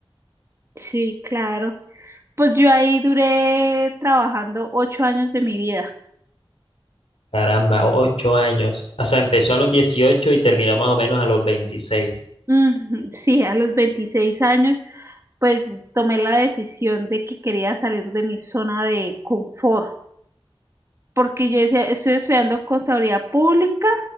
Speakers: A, on the right; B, on the left.
A: sí, claro. Pues yo ahí duré trabajando ocho años de mi vida. <laughs>
B: Caramba, ocho años. O sea, empezó a los 18 y terminó más o menos a los 26.
A: Mm, sí, a los 26 años, pues tomé la decisión de que quería salir de mi zona de confort, porque yo decía, estoy estudiando contabilidad pública